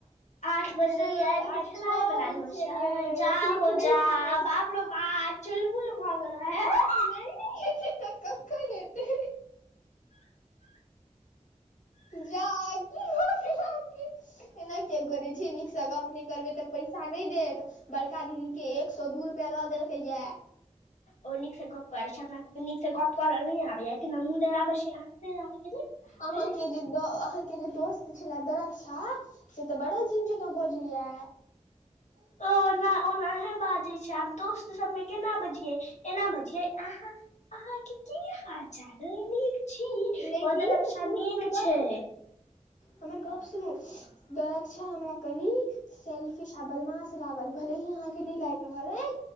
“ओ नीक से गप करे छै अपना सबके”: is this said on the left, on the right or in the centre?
Left